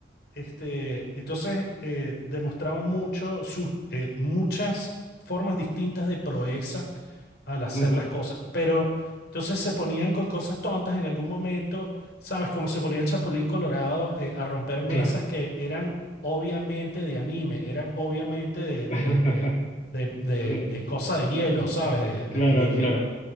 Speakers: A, on the left; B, on the left.
A: Este, entonces eh, demostraban mucho sus, eh, muchas formas distintas de proeza al hacer
B: Ujú,
A: las cosas, pero entonces se ponían con cosas tontas en algún momento, ¿sabes? Como se ponía el Chapulín Colorado eh, a romper mesas
B: Claro.
A: que eran obviamente de anime, eran obviamente de, de,
B: <laughs>
A: de, de- de,
B: Mm,
A: eh, cosa de
B: eh,
A: hielo, ¿sabes? De, de,
B: Claro,
A: de
B: claro.